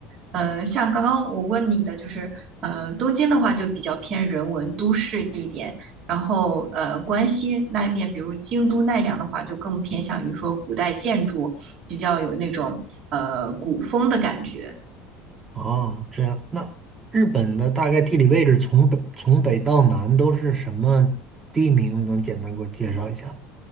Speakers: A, on the right (about 35°); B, on the right (about 15°).
A: 呃，像刚刚我问你的，就是呃，东京的话就比较偏人文都市一点，然后呃，关西那边，比如京都、奈良的话，就更偏向于说古代建筑，比较有那种呃古风的感觉
B: 哦，这样，那日本的大概地理位置从北从北到南都是什么地名？能简单给我介绍一下？